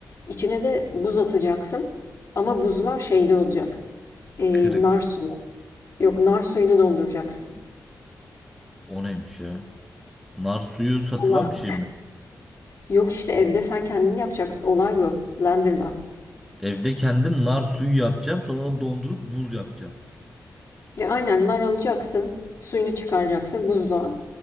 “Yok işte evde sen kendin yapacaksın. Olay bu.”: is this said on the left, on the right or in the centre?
Left